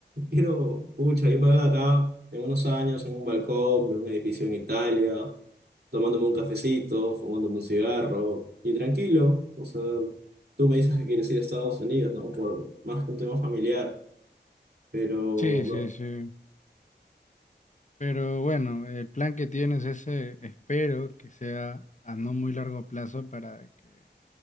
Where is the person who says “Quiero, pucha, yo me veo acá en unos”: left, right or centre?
Right